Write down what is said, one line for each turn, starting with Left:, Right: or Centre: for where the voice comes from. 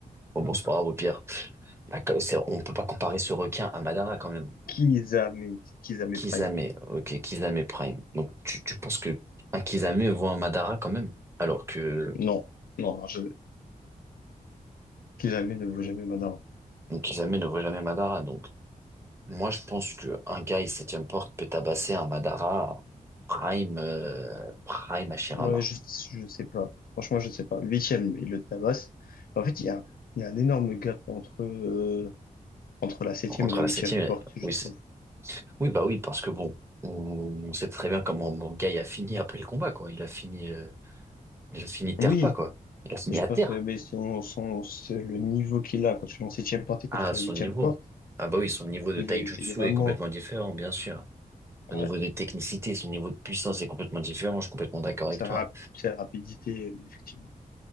Right: Bon, bon, c'est pas grave, au pire. Bah, c'est- on peut pas comparer ce requin à Madara quand même.
Left: Kizame, c'est Kizame
Right: Kisame,
Left: Prime.
Right: ok, Kisame Prime. Donc tu, tu penses que un Kisame vaut un Madara quand même, alors que
Left: Non, non, non, je, Kizame ne vaut jamais Madara.
Right: un Kisame ne vaut jamais Madara. Donc moi je pense que un gars il septième porte peut tabasser un Madara Prime euh, Prime Hashirama.
Left: Ouais, je, je sais pas. Franchement, je sais pas. Huitième, il le tabasse. En fait, il y a, il y a un énorme gap entre, euh, entre la septième
Right: Entre
Left: et la
Right: la
Left: huitième
Right: septième, et-
Left: porte, je
Right: oui,
Left: trouve.
Right: c'est- oui bah oui parce que bon, on, on sait très bien comment mon gars il a fini après le combat quoi. Il a fini, euh, il a fini terre
Left: Oui,
Right: pas quoi. Il a fini
Left: mais je
Right: à
Left: pense,
Right: terre.
Left: euh, mais son, son, c'est le niveau qu'il a quand tu es en septième porte et quand
Right: Ah
Left: tu es
Right: son
Left: en huitième
Right: niveau,
Left: porte,
Right: ah bah oui son niveau de
Left: il
Right: Taijutsu
Left: est, il est vraiment,
Right: est complètement différent bien sûr. Son
Left: ouais,
Right: niveau de technicité, son niveau de puissance est complètement différent. Je suis complètement d'accord
Left: sa,
Right: avec toi.
Left: rap- sa rapidité, euh, effectivement.